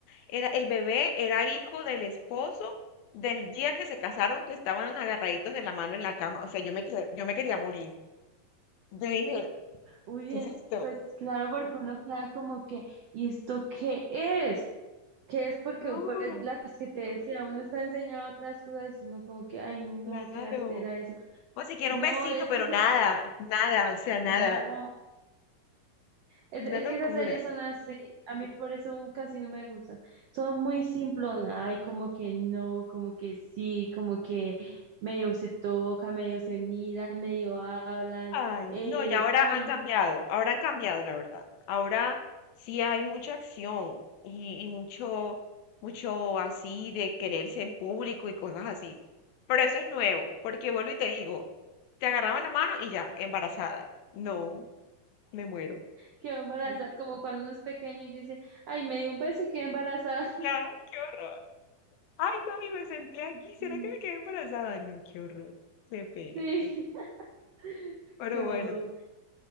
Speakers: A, on the left; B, on the right.
A: era, el bebé era hijo del esposo del día que se casaron, que estaban agarraditos de la mano en la cama. O sea, yo me, quedé- yo me quería morir. Yo dije,
B: Uy,
A: ¿qué
B: eh,
A: es esto?
B: pues claro, porque uno queda como que, ¿y esto qué es? que es porque
A: No.
B: pues las que te decía, uno está enseñado otras cosas y si uno como que, ay no,
A: Claro.
B: qué jartera eso.
A: O si quiere
B: No,
A: un besito,
B: es
A: pero
B: que se-
A: nada, nada, o sea,
B: no,
A: nada.
B: es,
A: Una
B: es
A: locura.
B: que esas series son así, a mí por eso casi no me gustan. Son muy simplonas, ay como que no, como que sí, como que medio se toca, medio se miran, medio hablan,
A: Ay,
B: eh,
A: no, y ahora
B: ay,
A: han cambiado, ahora han cambiado, la verdad. Ahora sí hay mucha acción y, y mucho, mucho así de quererse en público y cosas así. Pero eso es nuevo, porque vuelvo y te digo, te agarraban la mano y ya, embarazada. No, me muero.
B: quedó embarazada, como cuando uno es pequeño y dice, ay, me dio un beso y quedé embarazada.
A: Ya, qué horror. Ay, mami, me senté aquí,
B: <laughs>
A: ¿será que me quedé embarazada? No, qué horror. Qué pena.
B: Sí, <laughs>
A: Pero
B: qué
A: bueno.
B: oso.